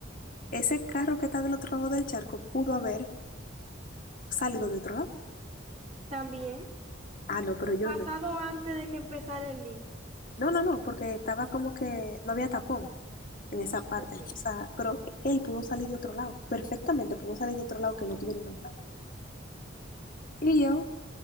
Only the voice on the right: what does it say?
También,
un
pasado
antes de que empezara el lío.
Ok,